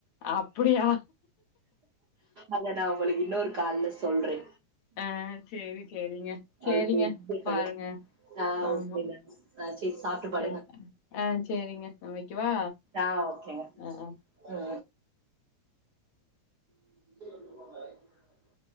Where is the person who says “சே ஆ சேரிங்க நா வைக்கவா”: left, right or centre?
Left